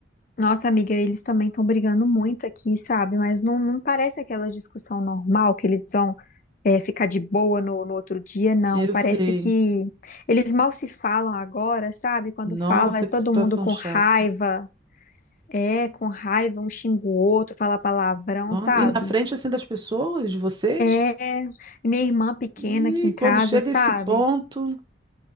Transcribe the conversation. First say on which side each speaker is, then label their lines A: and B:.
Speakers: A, on the left; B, on the right.
A: nossa, amiga, eles também estão brigando muito aqui, sabe? Mas não, não parece aquela discussão normal que eles vão é, ficar de boa no, no outro dia, não.
B: Eu
A: Parece
B: sei.
A: que eles mal se falam agora, sabe? Quando
B: Nossa,
A: fala, é todo
B: que situação
A: mundo com
B: chata.
A: raiva. É, com raiva, um xinga o outro, fala palavrão,
B: Nossa,
A: sabe?
B: e na frente assim das pessoas, de vocês?
A: É, minha irmã pequena
B: E
A: aqui em casa,
B: quando chega
A: sabe?
B: a esse ponto,